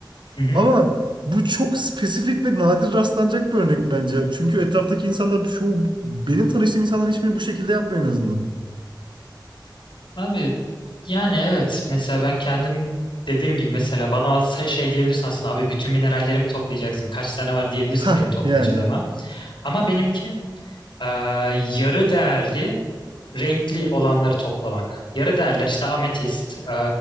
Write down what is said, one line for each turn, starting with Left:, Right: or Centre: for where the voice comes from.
Left: Hı hı.
Right: Ama bu çok spesifik ve nadir rastlanacak bir örnek bence. Çünkü etraftaki insanlar çoğu benim tanıştığım insanların hiçbiri bu şekilde yapmıyor en azından.
Left: Abi yani evet mesela ben kendim dediğim gibi mesela bana se- şey diyebilirsin aslında abi bütün minerallerimi toplayacaksın kaç tane var diyebilirsin
Right: Ha
Left: benim toplayıcılığıma.
Right: yani.
Left: Ama benimki eee, yarı değerli renkli olanları toplamak. Yarı değerler işte ametist, e,